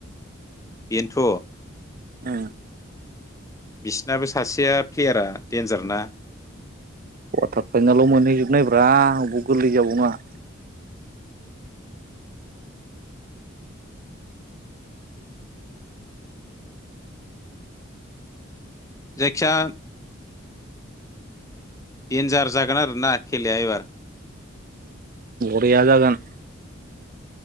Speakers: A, on the left; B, on the right.
A: बेनोथ।
B: औ
A: बिसिनाबो सासेया प्लेयारा डेन्जारना।
B: कवारटार फाइनेलाव मोनहैजोबनायब्रा अबाव गोरलै जाबावनो।
A: जायखिया डेन्जार जागोन आरो ना खेलाया एबार।
B: बरिया जागोन।